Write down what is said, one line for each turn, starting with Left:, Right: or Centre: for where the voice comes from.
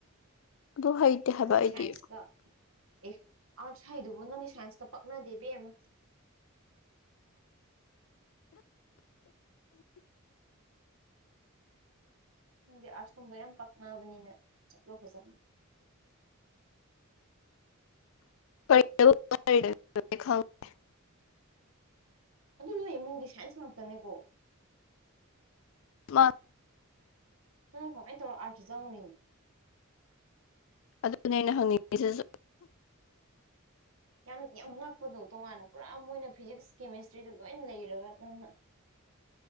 Left: ꯑꯗꯨ ꯍꯩꯇꯦ ꯍꯥꯏꯕ
Right: ꯅꯪꯒꯤ
Left: ꯑꯩꯗꯤ
Right: ꯁꯥꯏꯟꯁꯀ ꯑꯦ ꯑꯥꯔꯠꯁ ꯍꯥꯏꯗꯨꯕꯨ ꯅꯪꯒꯤ ꯁꯥꯏꯟꯁꯀ ꯃꯥꯗꯦꯕꯤꯤ ꯑꯃꯃ ꯪꯗꯤ ꯑꯥꯁꯀꯨꯝꯕ ꯌꯥꯝ ꯄꯛꯅꯑꯅꯕꯅꯤꯅ ꯆꯠꯂꯣ ꯐꯖꯥꯅ
Left: <unintelligible>
Right: ꯑꯗꯨ ꯅꯣꯏ ꯏꯃꯨꯡꯗꯤ ꯁꯥꯏꯟꯁ ꯉꯥꯛꯇꯅꯦꯀꯣ
Left: ꯃꯥ
Right: ꯎꯝ ꯀꯃꯥꯏꯅ ꯇꯧꯔꯣ ꯑꯥꯔꯁꯨ ꯆꯪꯉꯔꯤ
Left: ꯑꯗꯨꯅꯦ ꯑꯩꯅ ꯍꯪꯅꯤꯡꯉꯤꯁꯤꯁꯨ
Right: ꯌꯥꯝ ꯌꯥꯝ ꯉꯛꯄꯗꯣ ꯇꯣꯉꯥꯟꯅ ꯄꯨꯔꯥ ꯃꯣꯏꯅ ꯐꯤꯖꯤꯛꯁ ꯀꯦꯃꯤꯁꯇ꯭ꯔꯤꯗꯨ ꯂꯣꯏ ꯂꯩꯔꯒ ꯅꯪꯅ